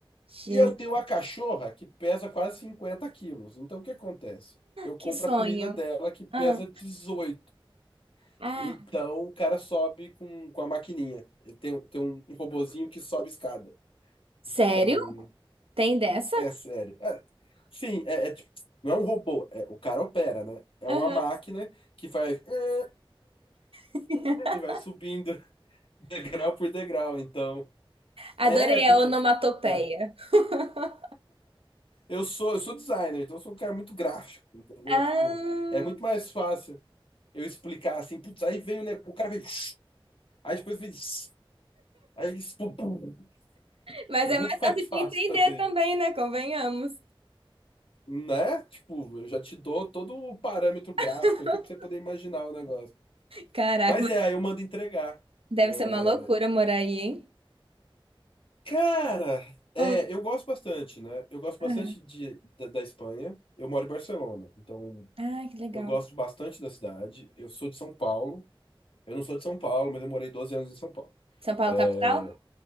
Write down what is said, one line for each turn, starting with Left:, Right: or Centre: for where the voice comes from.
Right: Jesus.
Left: E eu tenho uma cachorra que pesa quase 50 quilos. Então o que acontece? Eu compro
Right: Que sonho.
Left: a comida dela que pesa
Right: Ah,
Left: dezoito
Right: ah.
Left: Então o cara sobe com, com a maquininha. Ele Tem, tem um, um robozinho que sobe escada.
Right: Sério?
Left: Então,
Right: Tem dessa?
Left: é sério. É, sim, é, é tipo, não é um robô, é, o cara opera, né? É
Right: Aham.
Left: uma máquina que faz "Ah,
Right: <laughs>
Left: ah", e vai subindo <laughs> degrau por degrau. Então,
Right: Adorei
Left: é porque
Right: a onomatopeia.
Left: é,
Right: <laughs>
Left: Eu sou, eu sou designer, então eu sou um cara muito gráfico, entendeu?
Right: Ah,
Left: Tipo, é muito mais fácil eu explicar assim, putz, aí veio, né? O cara veio, <tsk> aí depois veio, <tsk> aí eles, pum, pum.
Right: mas
Left: É
Right: é
Left: muito
Right: mais fácil
Left: <laughs> mais fácil
Right: de entender
Left: fazer
Right: também,
Left: isso,
Right: né? Convenhamos.
Left: né? Tipo, eu já te dou todo o parâmetro gráfico
Right: <laughs>
Left: aqui pra você poder imaginar o negócio.
Right: Caraca,
Left: Mas
Right: mas
Left: é, aí eu mando entregar.
Right: deve
Left: É,
Right: ser uma loucura morar aí, hein?
Left: Cara, é,
Right: Oh,
Left: eu gosto bastante, né? Eu gosto bastante
Right: aham.
Left: de, da, da Espanha. Eu moro em Barcelona, então
Right: Ah, que legal.
Left: eu gosto bastante da cidade. Eu sou de São Paulo. Eu não sou de São Paulo, mas eu morei 12 anos em São Paulo.
Right: São Paulo,
Left: É,
Right: capital?